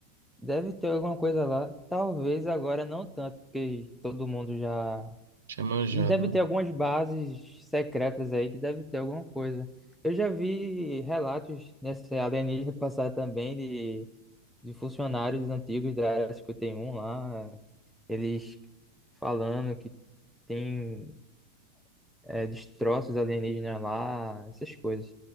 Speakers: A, in the centre; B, on the right.
A: deve ter alguma coisa lá. Talvez agora não tanto, porque todo mundo já
B: Tinha manjado,
A: E deve ter
B: né?
A: algumas bases secretas aí que deve ter alguma coisa. Eu já vi relatos nessa alienígena passar também de, de funcionários antigos da Área 51 lá, eles falando que tem é, destroços alienígenas lá, essas coisas.